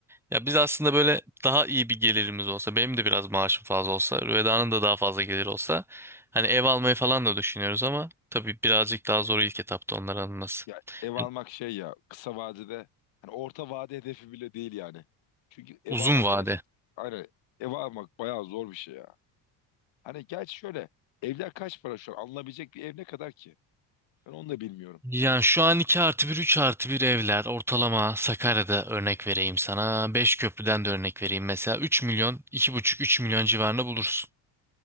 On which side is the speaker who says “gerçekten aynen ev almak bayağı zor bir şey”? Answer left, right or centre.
Left